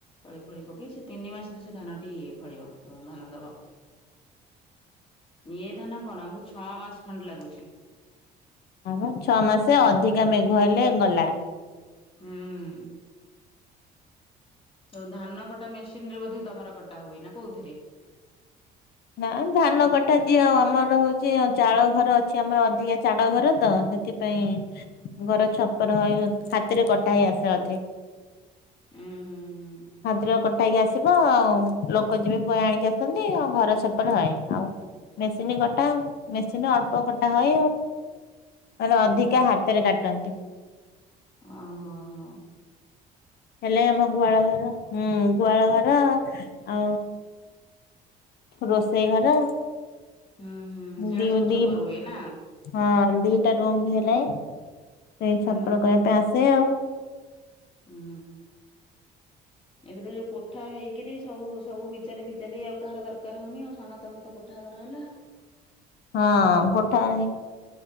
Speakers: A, on the left; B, on the left.
A: ତଳି ଫଳି ପ କି ସେ ତିନି ମାସରେ ସେ ଧାନଟି ଫଳିବ ତମୁ ଧାନ ଦବ। ଇଏ ଧାନ କଣ ଆମୁକୁ ଛଅ ମାସ ଖଣ୍ଡେ ଲାଗୁଚି।
B: ହଁ ପା ଛଅ ମାସେ ଅଧିକା ମେଘ ହେଲେ ଗଲା।
A: ହୁଁ। ସବୁ ଧାନ କଟା ମେସିନ୍ ରେ ବୋଧେ ତମର କଟା ହୁଏ ନା କୋଉଥିରେ?
B: ନାଁ ଧାନ କଟା ଯିଏ ଆଉ ଆମର ହଉଚି ଚାଳ ଘର ଅଛି ଆମର ଅଧିକା ଚାଳ ଘର ତ ସେ ଥିପାଇଁ
A: ହୁଁ
B: ଘର ଛପର ହଏ ହାତରେ କଟା ହେଇ ଆସେ ଅଧେ।
A: ଉଁ ହୁଁ
B: ହାଦ୍ରକ ଥାଇକି ଆସିବ ଆଉ ଲୋକ ଯିବେ ବହେ ଆଣିକି ଆସନ୍ତି ଆଉ ଘର ଛପର ହଏ ଆଉ ମେସିନ୍ କଟା ମେସିନ୍ ଅଳ୍ପ କଟା ହଏ ଆଉ ଅଲେ ଅଧିକା
A: ଓହୋ
B: ହାତରେ କାଟନ୍ତି।
A: ଓ ହୋ ହୋ।
B: ହେଲେ ଆମ ଗୁହାଳ ଘର ହୁଁ ଗୁହାଳ ଘର ଆଉ ରୋଷେଇ ଘର
A: ହୁଁ ହୁଁ ସେଇଟା
B: ଦି
A: ସବୁ
B: ଦି
A: ଛପର ହୁଏ ନା।
B: ହଁ ଦିଟା ରୁମ୍ ହେଲେ ସେଇ
A: ହୁଁ
B: ଛପର କରିବା ପାଇଁ ଆସେ ଆଉ।
A: ହଁ। ଏବେ ତ ଯୋଉ କୋଠା ହେଇକିରି ସବୁ ସବୁ ବିଚାଲି ଫିଚାଲି ଆଉ କାହାର ଦରକାର ହଉନି ଆଉ ସମସ୍ତଙ୍କ ତ କୋଠା ଘର ହେଲା।
B: ହଁ କୋଠା ଘର ହେ